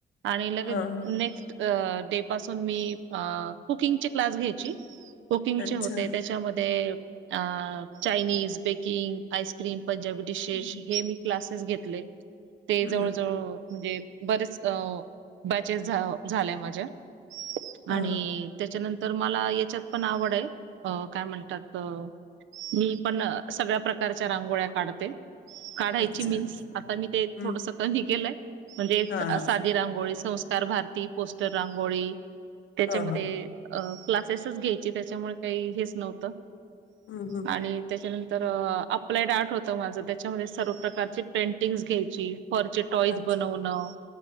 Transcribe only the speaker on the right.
आणि लगेच
नेक्स्ट. डे पासून मी कुकिंग चे क्लास घ्यायची. कुकिंगचे
होते. त्यांच्यामध्ये Chinese, baking, ice cream, Punjabi dishes
हे, मी क्लासेस घेतले. ते
जवळ जवळ. म्हणजे बरेच बॅचेस झा झाल्या माझ्या
आणि.
त्याच्यानंतर मला, ये च्यात पण आवडाय. अ काय म्हणतात अ.. मी पण अं सगळ्या प्रकारच्या रांगोळ्या काढते काढायची
मीन्स. आता मी ते,
थोडंसं कमी केलंय. म्हणजे
साधी रांगोळी संस्कार भारती, पोस्टर रांगोळी तेच्यामध्ये.
अ क्लासेसच घ्यायची त्यांच्यामुळे काही हेच नव्हतं.
आणि, त्याच्यानंतर अप्लाइड आर्ट होत तव माझं त्यांच्यामध्ये सर्व प्रकारची पेंटिंग्ज घ्यायची. फॉर्चट टॉईज
बनवणं,